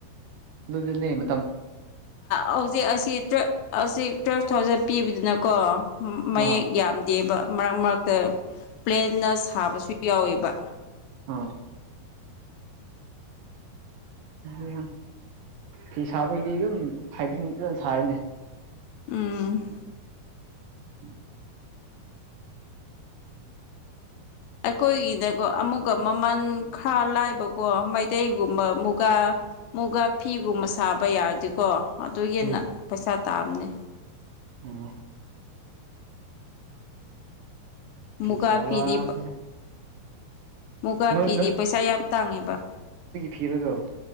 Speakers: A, on the right; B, on the left.
A: ꯑꯗꯨ ꯃ
B: ꯍꯧꯖꯤꯛ ꯑꯁꯤ ꯑꯁꯤ ꯇꯨꯌꯦꯜꯐ ꯊꯥꯎꯖꯟ ꯄꯤꯕꯗꯨꯅꯀꯣ ꯃꯌꯦꯛ
A: ꯑꯥ
B: ꯌꯥꯝꯗꯦꯕ ꯃꯔꯛ ꯃꯔꯛꯇ ꯄ꯭ꯂꯦꯟꯅ ꯁꯥꯕꯁꯨ ꯌꯥꯎꯋꯦꯕ
A: ꯑꯥ ꯎꯍ ꯐꯤ ꯁꯥꯕꯒꯤꯗꯤ ꯑꯗꯨꯝ ꯍꯥꯏꯐꯠ ꯁꯥꯔꯤꯅꯦ
B: ꯎꯝ
A: ꯎꯝ
B: ꯑꯩꯈꯣꯏꯒꯤꯗꯀꯣ ꯑꯃꯨꯛ ꯃꯃꯟ ꯈꯔ ꯂꯥꯏꯕꯀꯣ ꯃꯩꯇꯩꯒꯨꯝꯕ ꯃꯨꯒꯥ ꯃꯨꯒꯥ ꯐꯤꯒꯨꯝꯕ ꯁꯥꯕ ꯌꯥꯔꯗꯤꯀꯣ ꯑꯗꯨꯒꯤ ꯍꯦꯟꯅ
A: ꯎꯝ
B: ꯄꯩꯁꯥ ꯇꯥꯑꯕꯅꯦ
A: ꯎꯝ ꯐꯤ
B: ꯃꯨꯒꯥꯥ
A: ꯁꯥꯕ
B: ꯐꯤꯗꯤꯞ ꯃꯨꯒꯥ
A: ꯅꯣꯏ
B: ꯐꯤꯗꯤ ꯄꯩꯁꯥ ꯌꯥꯝ ꯇꯥꯡꯉꯦꯕ
A: ꯐꯤꯔꯗꯣ